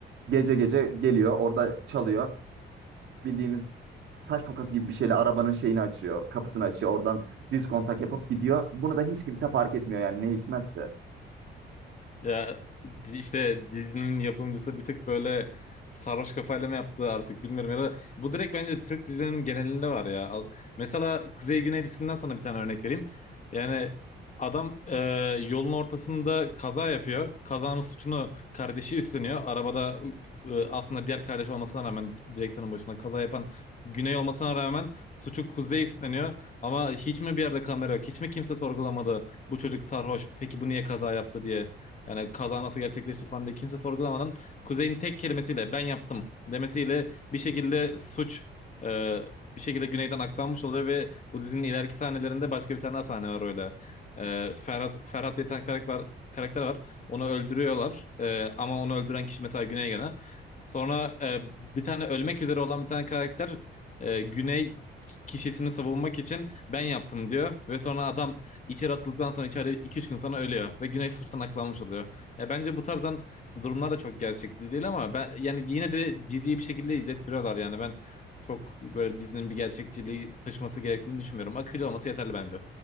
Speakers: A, on the right; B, on the left.
A: gece gece geliyor orada çalıyor bildiğimiz saç tokası gibi bir şeyle arabanın şeyini açıyor. Kapısını açıyor. Oradan düz kontak yapıp gidiyor. Bunu da hiç kimse fark etmiyor yani ne hikmetse.
B: Ya di- işte dizinin yapımcısı bir tık böyle sarhoş kafayla mı yaptı artık bilmiyorum ya da bu direkt bence Türk dizilerinin genelinde var ya. Al- Mesela Kuzey Güney dizisinden sana bir tane örnek vereyim. Yani adam e, yolun ortasında kaza yapıyor. Kazanın suçunu kardeşi üstleniyor. Arabada e, aslında diğer kardeş olmasına rağmen direksiyonun başında kaza yapan Güney olmasına rağmen suçu Kuzey üstleniyor. Ama hiç mi bir yerde kamera yok? Hiç mi kimse sorgulamadı bu çocuk sarhoş peki bu niye kaza yaptı diye? Yani kaza nasıl gerçekleşti falan diye kimse sorgulamadan Kuzey'in tek kelimesiyle ben yaptım demesiyle bir şekilde suç e, bir şekilde güneyden aktarmış oluyor ve bu dizinin ileriki sahnelerinde başka bir tane daha sahne var öyle. E, Ferhat, Ferhat diye bir tane karakter, karakter var. Onu öldürüyorlar. E, ama onu öldüren kişi mesela Güney gene. Sonra e, bir tane ölmek üzere olan bir tane karakter e, Güney kişisini savunmak için ben yaptım diyor ve sonra adam içeri atıldıktan sonra içeride iki üç gün sonra ölüyor ve Güney suçtan aklanmış oluyor. Ya bence bu tarzdan durumlar da çok gerçekçi değil ama ben yani yine de diziyi bir şekilde izlettiriyorlar yani ben çok böyle dizinin bir gerçekçiliği taşıması gerektiğini düşünmüyorum. Akıcı olması yeterli bence.